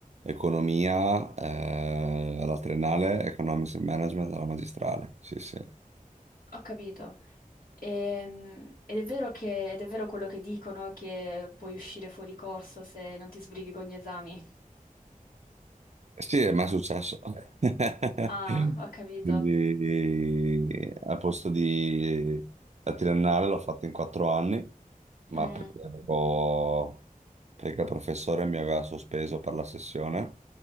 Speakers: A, on the right (about 50°); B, on the left (about 80°).
A: Economia, eh, alla triennale, economics and management alla magistrale. Sì, sì.
B: ho capito. Ehm, ed è vero che, ed è vero quello che dicono che puoi uscire fuori corso se non ti sbrighi con gli esami.
A: Sì, è mai successo. <laughs>
B: Ah, ho capito.
A: Quindi eh, al posto di la triennale l'ho fatta in quattro anni, ma
B: Mm,
A: perché avevo perché il professore mi aveva sospeso per la sessione